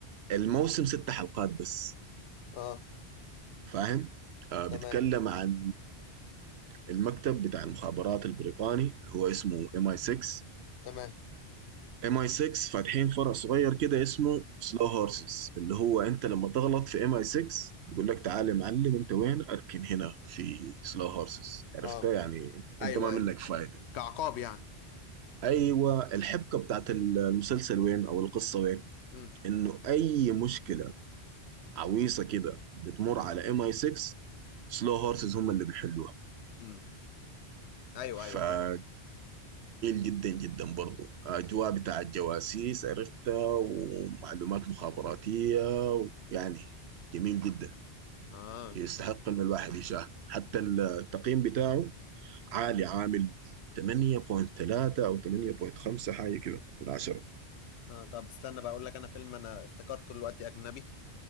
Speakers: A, on the right; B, on the left.
A: الموسم ست حلقات بس
B: اه
A: فاهم آه بيتكلم
B: تمام
A: عن المكتب بتاع المخابرات البريطاني اللي هو اسمه ام اي 6
B: تمام
A: ام اي 6 فاتحين فرع صغير كده اسمه سلو هورسز اللي هو انت لما تغلط في ام اي 6 بيقول لك تعالى يا معلم انت وين اركن هنا في سلو هورسز عرفتها
B: اه
A: يعني
B: ايوه
A: انت ما منك
B: ايوه
A: فايده
B: كعقاب يعني
A: ايوه الحبكه بتاعت المسلسل وين او القصه وين
B: امم
A: انه اي مشكله عويصه كده بتمر على ام اي 6 سلو هورسز هم اللي بيحلوها
B: امم ايوه
A: فجميل
B: ايوه فاهم
A: جدا جدا برضو اجواء بتاع الجواسيس عرفتها ومعلومات مخابراتيه يعني جميل جدا
B: اه
A: يستحق انه الواحد يشاهد حتى التقييم بتاعه عالي عامل 8.3 او 8.5 حاجه كده من 10
B: اه طب استنى بقى اقول لك انا فيلم انا افتكرته دلوقتي اجنبي